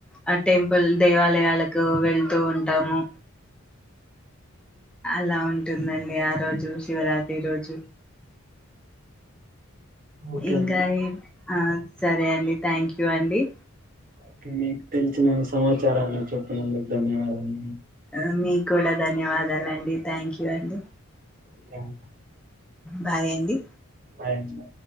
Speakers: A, in the centre; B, on the right (about 40°).
A: ఆ టెంపుల్ దేవాలయాలకు వెళ్తూ ఉంటాము. అలా ఉంటుందండి ఆ రోజు శివరాత్రి రోజు.
B: ఓకే
A: ఇంకా
B: అండి.
A: ఎ ఆ సరే అండి థ్యాంక్ యూ అండి.
B: ఓకే మీకు తెలిసిన సమాచారాన్ని చెప్పినందుకు ధన్యవాదాలు.
A: అ మీ కూడా ధన్యవాదాల అండి థ్యాంక్ క్యు అండి
B: ఓకే అండి
A: బాయ్ అండి.
B: ఓకే, బాయ్ అండి.